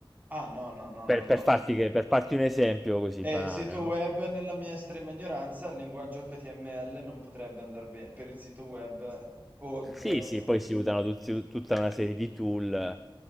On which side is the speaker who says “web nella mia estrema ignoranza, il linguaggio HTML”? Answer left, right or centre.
Right